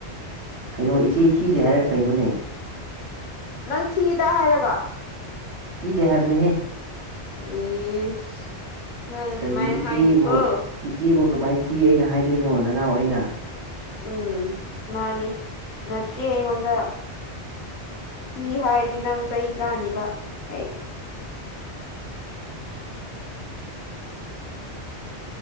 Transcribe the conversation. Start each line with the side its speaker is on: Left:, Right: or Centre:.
Right: ꯀꯩꯅꯣ ꯏꯆꯦ ꯊꯤꯗꯦ ꯍꯥꯏꯔꯒ ꯀꯩꯅꯣꯅꯦ
Left: ꯅꯪ ꯊꯤꯗ ꯍꯥꯏꯔꯒ
Right: ꯊꯤꯗꯦ ꯍꯥꯏꯕꯅꯦꯍꯦ
Left: ꯏꯁ ꯅꯪ ꯑꯗꯨꯃꯥꯏ
Right: ꯀꯩꯅꯣ ꯏꯆꯦꯕꯨ
Left: ꯍꯥꯏꯅꯨꯀꯣ
Right: ꯏꯆꯦꯕꯨ ꯀꯃꯥꯏꯅ ꯊꯤ ꯑꯩꯅ ꯍꯥꯏꯗꯣꯏꯅꯣ ꯅꯅꯥꯎ ꯑꯩꯅ
Left: ꯎꯝ ꯃꯥꯅꯤ ꯅꯠꯆꯦ ꯑꯩꯉꯣꯟꯗ ꯊꯤ ꯍꯥꯏꯔꯗꯤ ꯅꯪ ꯆꯩ ꯆꯥꯅꯤꯕ ꯑꯩꯁ